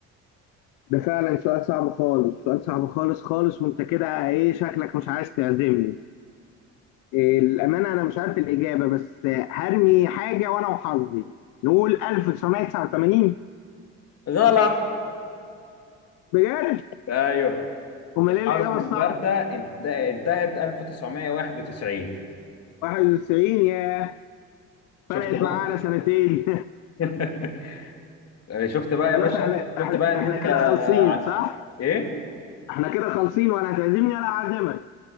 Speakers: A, on the left; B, on the left.
A: ده فعلا سؤال صعب خالص سؤال صعب خالص خالص وانت كده ايه شكلك مش عايز تعزمني الأمانة أنا مش عارف الإجابة بس هرمي حاجة وأنا وحظي نقول 1989
B: غلط
A: بجد؟
B: ايوه
A: أمال
B: الحرب
A: إيه الإجابة
B: الباردة
A: الصح؟
B: انت- انتهت 1991
A: 91 يا
B: شفت
A: فرقت
B: بقى
A: معانا سنتين <laughs>
B: <laughs> شفت
A: <applause>
B: بقى يا
A: خلاص
B: باشا
A: احنا احنا
B: شفت بقى ان
A: إحنا
B: انت
A: كده خالصين
B: على
A: صح؟
B: ايه
A: احنا كده خالصين ولا هتعزمني ولا هعزمك